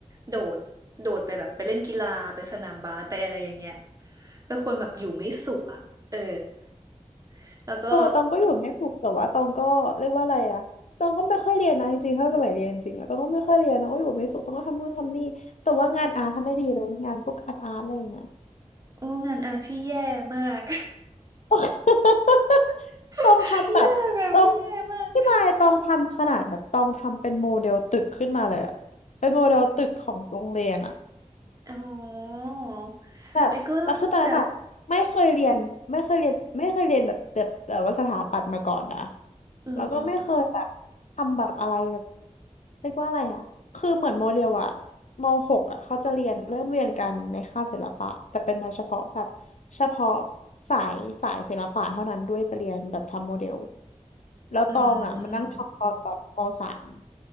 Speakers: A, on the right; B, on the left.
A: โดดโดดไปแบบไปเล่นกีฬาไปสนามบาสไปอะไรอย่างเงี้ยเป็นคนแบบอยู่ไม่สุขอ่ะเออ <laughs> แล้วก็
B: เออตองก็อยู่ไม่สุขแต่ว่าตองก็เรียกว่าอะไรอ่ะตองก็ไม่ค่อยเรียนนะจริงๆถ้าสมัยเรียนจริงอะตองก็ไม่ค่อยเรียนตองก็อยู่ไม่สุขตองก็ทำนู่นทำนี่แต่ว่างานอาร์ทำไม่ดีเลยงานพวกอาร์ตอาร์ตอะไรอย่างเงี้ย
A: โอ้งานอาร์ตพี่แย่มาก
B: <laughs> ต้องทำแบบต้อง
A: <laughs> แย่แบบแย่มาก
B: พี่มายต้องทำขนาดแบบต้องทำเป็นโมเดลตึกขึ้นมาเลยอะเป็นโมเดลตึกของโรงเรียนอะ
A: อ๋อ
B: แบบแล้วคือตอนนั้นอะไม่เคยเรียนไม่เคยเรียนไม่เคยเรียนแบบแบบแบบว่าสถาปัตย์มาก่อนนะ
A: เอ้ยก็แบบอืมอืม
B: แล้วก็ไม่เคยแบบทำแบบอะไรแบบเรียกว่าอะไรอะคือเหมือนโมเดลอะมหกอะเขาจะเรียนเริ่มเรียนกันในคาบศิลปะแต่เป็นเฉพาะแบบเฉพาะสายสายศิลปะเท่านั้นด้วยจะเรียนแบบทำโมเดลแล้วตองอะมันนั่งทำตอนแบบมสาม
A: อืม